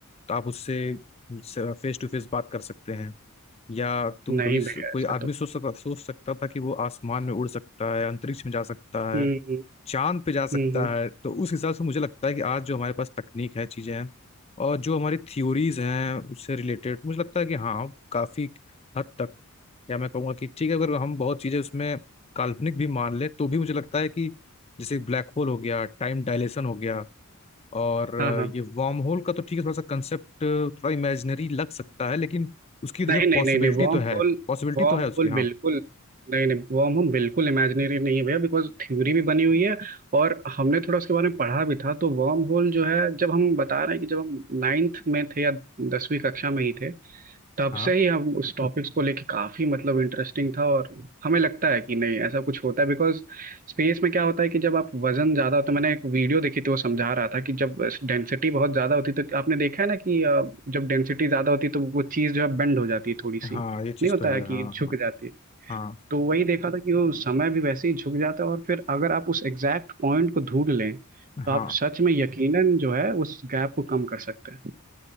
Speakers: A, on the left; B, on the right.
A: तो आप उससे फेस टू फेस बात कर सकते हैं या तुम
B: नहीं
A: कभी स-
B: भैया
A: कोई
B: ऐसा
A: आदमी
B: तो
A: सोच सकता सोच सकता था कि वो आसमान में उड़ सकता है अंतरिक्ष में जा सकता
B: हम्म
A: है
B: हम्म
A: चांद पे जा सकता
B: हम्म, हम्म,
A: है तो उस हिसाब से मुझे लगता है कि आज जो हमारे पास तकनीक है चीजें हैं और जो हमारी थ्योरीज हैं उससे रिलेटेड मुझे लगता है कि हाँ काफी हद तक या मैं कहूँगा कि ठीक है अगर हम बहुत चीजें उसमें काल्पनिक भी मान लें तो भी मुझे लगता है कि जैसे ब्लैक होल हो गया टाइम डायलेशन हो गया और अ,
B: हाँ हाँ
A: ये वार्म होल का तो ठीक है थोड़ा सा कंसेप्ट थोड़ा इमेजिनरी लग सकता है लेकिन उसकी देखिए
B: नहीं नहीं
A: पॉसिबिलिटी
B: नहीं नहीं वॉर्म
A: तो है
B: होल
A: पॉसिबिलिटी
B: वॉर्म
A: तो है उसकी
B: होल
A: हाँ
B: बिल्कुल नहीं नहीं वॉर्म होल बिल्कुल इमेजिनरी नहीं है भैया बिकॉज थ्योरी भी बनी हुई है और हमने थोड़ा उसके बारे में पढ़ा भी था तो वॉर्म होल जो है जब हम बता रहे हैं कि जब हम नाइन्थ में थे या दसवीं कक्षा में ही थे तब
A: हाँ
B: से ही हम उस टॉपिक्स को लेके काफी मतलब इंटरेस्टिंग था और हमें लगता है कि नहीं ऐसा कुछ होता है बिकॉज स्पेस में क्या होता है कि जब आप वजन ज्यादा होता है मैंने एक वीडियो देखी थी वो समझा रहा था कि जब डेंसिटी बहुत ज्यादा होती तो आपने देखा है ना कि अ, जब डेंसिटी ज्यादा होती तो वो चीज जो है बेंड हो जाती है थोड़ी सी
A: हाँ
B: नहीं
A: ये चीज़
B: होता
A: तो है
B: है कि
A: हाँ
B: झुक
A: हाँ
B: जाती है
A: हाँ
B: तो वही देखा था कि वो समय भी वैसे ही झुक जाता है और फिर अगर आप उस एग्जैक्ट पॉइंट को ढूंढ लें तो
A: हाँ
B: आप सच में यकीनन जो है उस गैप को कम कर सकते हैं